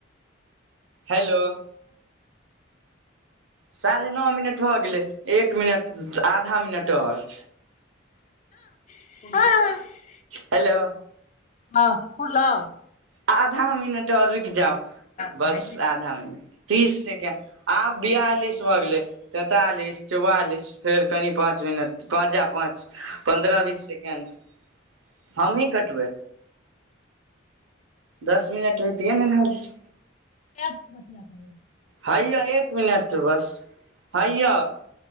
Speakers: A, on the right; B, on the left.
A: हेलो। साढ़े नओ मिनट भऽ गेलै एक मिनट। आधा मिनटर।
B: ह।
A: हेलो।
B: हँ कन ल।
A: आधा मिनट एकटा और रूइक जाउ
B: पाइ
A: बस आधा मिनट। तीस सेकेण्ड आब बियालिस भऽ गेलै तैंतालिस चौआालिस फेर कनि। पाँच मिनट प जा पाँच पन्द्र बीस सेकेंड हमही कटबै? दस मिनट बीतिये ने रहल छै।
B: सँ बतिया कर
A: हैया एक मिनट बस हइया।